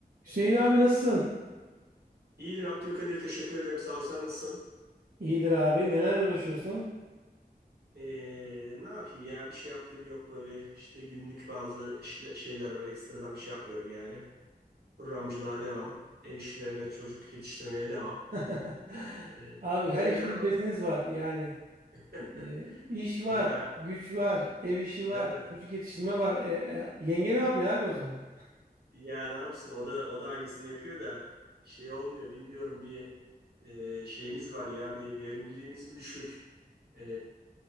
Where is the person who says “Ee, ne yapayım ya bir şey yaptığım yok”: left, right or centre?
Right